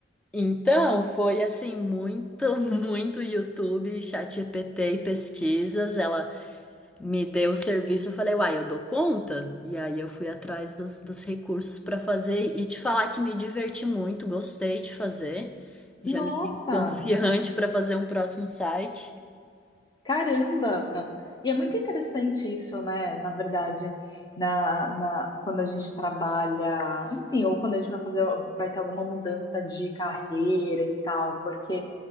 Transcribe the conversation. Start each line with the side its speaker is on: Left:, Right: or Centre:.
Centre: Então, foi assim, muito, <laughs> muito YouTube, ChatGPT e pesquisas. Ela me deu o serviço, eu falei, uai, eu dou conta? E aí eu fui atrás dos, dos recursos para fazer e te falar que me diverti muito, gostei de fazer. Já
Left: Nossa.
Centre: me sinto confiante para fazer um próximo site.
Left: Caramba! E é muito interessante isso, né? Na verdade, na, na, quando a gente trabalha, enfim, ou quando a gente vai fazer, vai ter alguma mudança de carreira e tal, porque